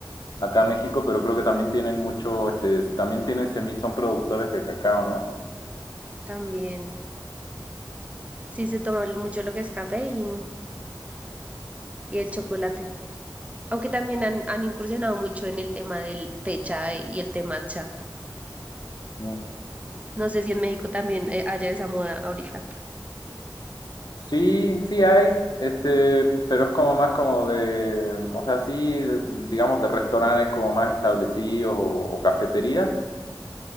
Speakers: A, on the left; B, on the right.
A: acá a México, pero creo que también tienen mucho, este, también tienen semi, son productores de cacao, ¿no?
B: también. Sí, se toma lo- mucho lo que es café y, y el chocolate. Aunque también han, han incursionado mucho en el tema del té chai y el té matcha.
A: Mm.
B: No sé si en México también eh, haya esa moda ahorita.
A: Sí, sí hay, este, pero es como más como de, o sea, sí, de- digamos de restaurantes como más establecidos o, o cafeterías,